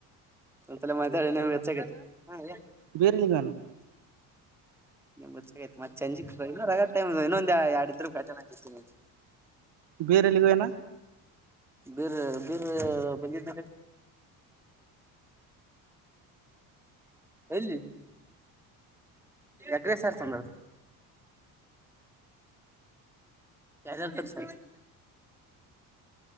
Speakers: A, in the centre; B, on the right (about 65°).
A: ಸ <inaudible> ನಿ್ಗೆ
B: ಬೀರ್ಲಿಗನು
A: <inaudible> ನಿಮ್ ಗತ್ಚ್ಚಾಗತ್ತ್ತತ್ ಚಜಿ ರ <inaudible> ಟೈೊಂದು ಯಾರಡಿದ್ರು ಕಟೆ ನಗಿಸತೀನಿ
B: ಬೇರೆಲ್ಲಿಗೋ ಏನಾ
A: ಬೀರ್ ಬೀರ್ ಬ ಎಲ್ಲಿ ಯಕ್ರ ಸರ್ ಚಂದ ಯ್ದ ಹಳ್ತರಿ ಸರ್ <inaudible>